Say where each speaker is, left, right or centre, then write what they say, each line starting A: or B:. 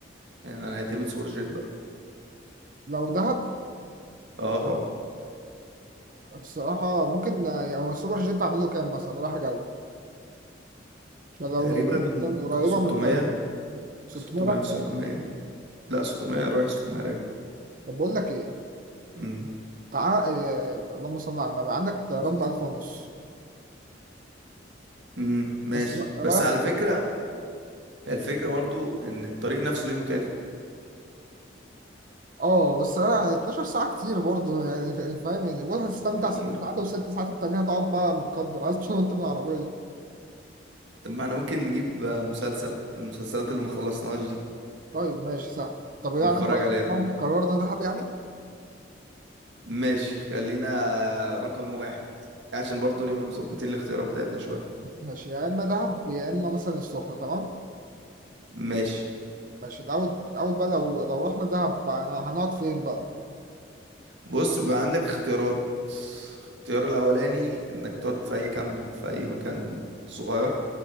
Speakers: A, on the right; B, on the right.
A: يعني انا اعتمد سوبر جيت بقى
B: لو دهب
A: اه طبعا
B: الصراحة ممكن يعني هو السوبر جيت أعمل له كام مثلا رايح جاي؟ طب لو
A: تقريبا
B: لقينا مثلا قريبة
A: 600
B: من الطيارة 600
A: 600
B: راح
A: في 600
B: ايه
A: لا 600 رايح 600 راجع
B: طب بقول لك ايه
A: امم
B: تعال إيه... اللهم صل على النبي عندك طيران
A: أساس.
B: ب 1000 ونص
A: امم ماشي
B: بس لا- رايح
A: بس على فكرة هي الفكرة برضو ان الطريق نفسه ليه متعته
B: اه بس انا 12 ساعة كتير برضه يعني ف- فاهم يعني بقول هتستمتع
A: كتير
B: ست ساعات
A: اكيد
B: والست ساعات التانية هتقعد بقى متقدر عايز تنط من العربية
A: طب ما احنا ممكن نجيب آه، مسلسل من المسلسلات اللي ما خلصناهاش دي
B: طيب ماشي سهل طب
A: ونتفرج
B: يعني خلاص
A: عليها
B: تمام، قررنا دهب يعني
A: ماشي خلينا رقم واحد عشان برضو نبقى مظبطين الاختيارات بتاعتنا شوية
B: ماشي يا اما دهب يا اما مثلا السخنة تمام
A: ماشي
B: ماشي الاول الاول بقى لو لو رحنا دهب بقى هنقعد فين بقى
A: بص بقى عندك اختيارات الاختيار الأولاني إنك تقعد في أي كامب في أي مكان صغير